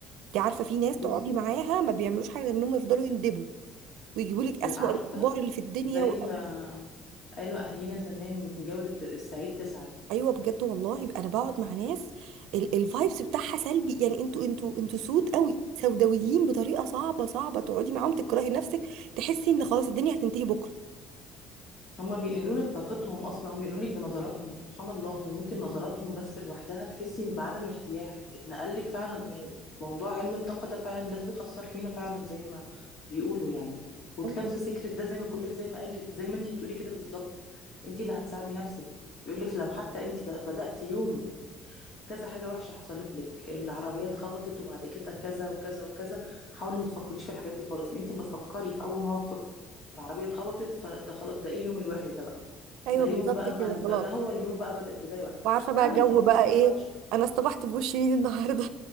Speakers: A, on the right; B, on the left.
A: أنت عارفة في ناس
B: بالظبط
A: تقعدي معاها ما بيعملوش حاجة غير إنهم يفضلوا يندبوا ويجيبوا لك
B: ب-
A: اسوأ
B: عارفة
A: الاخبار اللي في الدنيا
B: زي
A: و...
B: ما قالوا أهلينا زمان جورة السعيد تسعد
A: ايوه بجد والله يبقى انا بقعد مع ناس الفايبس بتاعها سلبي يعني انتوا انتوا انتوا سود قوي سوداويين بطريقه صعبه صعبه تقعدي معاهم تكرهي نفسك تحسي ان خلاص الدنيا هتنتهي بكره
B: هما بينقلوا لك طاقتهم اصلا وبينقلوا لك بنظراتهم سبحان الله وممكن نظراتهم بس لوحدها تحسي بعدم ارتياح اتنقل لك فعلا يعني موضوع علم الطاقه ده فعلا الناس بتاثر فينا فعلا زي ما بيقولوا يعني وكتاب
A: ايوه
B: ذا سيكريت ده زي ما بقول لك زي ما قال زي ما انت بتقولي كده بالظبط انت اللي هتساعدي نفسك بيقول لك لو حتى انت ده بداتي يومك كذا حاجه وحشه حصلت لك العربيات خبطت وبعد كده كذا وكذا وكذا حاولي ما تفكريش في الحاجات دي خالص لان انت ما تفكري في اول موقف العربية اتخبطت فده خلاص ده ايه اليوم الوحش ده بقى
A: ايوه
B: ده يوم
A: بالظبط
B: بقى
A: كده
B: أن-
A: خلاص
B: ده هو اليوم بقى بدأ بداية وحشة
A: وعارفه
B: فعلا
A: بقى جو
B: هينتهي
A: بقى
B: نهاية
A: ايه
B: وحشة
A: انا اصطبحت بوش مين النهارده